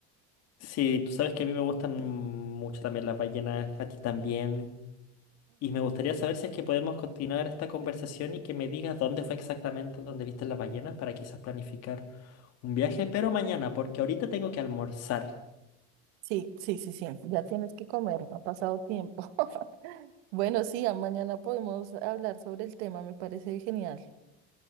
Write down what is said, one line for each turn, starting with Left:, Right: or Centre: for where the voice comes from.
Left: sí, tú sabes que a mí me gustan mucho también las ballenas, a ti también. Y me gustaría saber si es que podemos continuar esta conversación y que me digas dónde fue exactamente donde viste la ballena para quizás planificar un viaje, pero mañana, porque ahorita tengo que almorzar.
Right: Sí, sí, sí, sí, ya tienes que comer, no ha pasado tiempo. <laughs> Bueno, sí, a- mañana podemos hablar sobre el tema, me parece genial.